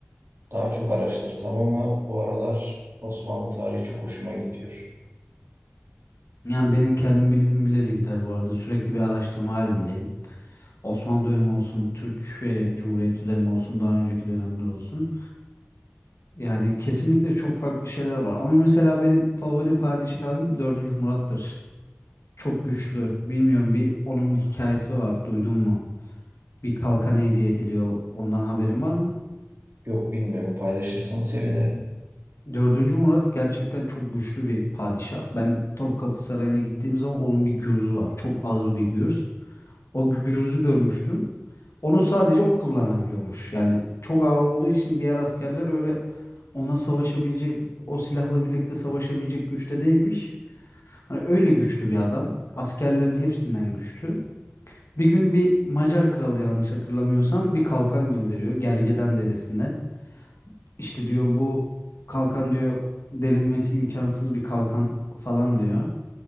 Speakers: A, on the right; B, on the left.
A: daha çok araştırsam ama bu aralar Osmanlı tarihi çok hoşuma gidiyor.
B: Yani benim kendim bildiğim bileli gider bu arada. Sürekli bir araştırma halindeyim. Osmanlı dönemi olsun, Türkiye Cumhuriyeti dönemi olsun, daha önceki dönemler olsun. Yani kesinlikle çok farklı şeyler var. Ama mesela benim favori padişahım dördüncü Murat'tır. Çok güçlü. Bilmiyorum bir onun hikayesi var. Duydun mu? Bir kalkan hediye ediliyor. Ondan haberin var mı?
A: Yok bilmiyorum paylaşırsan sevinirim.
B: Dördüncü Murat gerçekten çok güçlü bir padişah. Ben Topkapı Sarayı'na gittiğim zaman onun bir gürzü var. Çok ağır bir gürz. O gürzü görmüştüm. Onu sadece o kullanabiliyormuş. Yani çok ağır olduğu için diğer askerler öyle ona savaşabilecek, o silahla birlikte savaşabilecek güçte değilmiş. Hani öyle güçlü bir adam. Askerlerin hepsinden güçlü. Bir gün bir Macar kralı yanlış hatırlamıyorsam bir kalkan gönderiyor Gergedan deresinden. İşte diyor bu kalkan diyor delinmesi imkansız bir kalkan falan diyor.